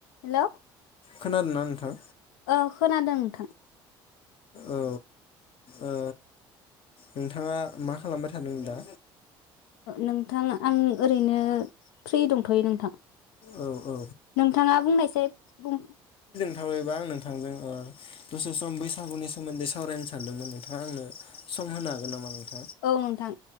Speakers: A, on the left; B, on the left.
A: हेल'।
B: खोनादों ना नोंथां?
A: ओ खोनादों थां
B: औ। ओ नोंथाङा मा खालामबाय थादों दा?
A: नोंथां आं ओरैनो फ्रि दंथ'यो नोंथां
B: औ औ
A: नोंथाङा बुंनायसै बुं।
B: थाबैबा आं नोंथांजों ओ दसे सम बैसागुनि सोमोन्दै सावरायनो सानदोंमोन नोंथाङा आंनो सम होनो हागोन नामा नोंथां?
A: औ नोंथां